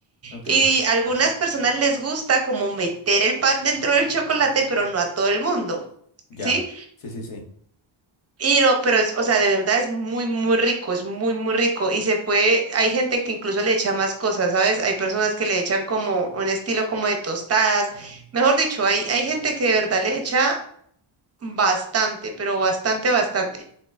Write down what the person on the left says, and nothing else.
ok.
Ya,
sí, sí, sí,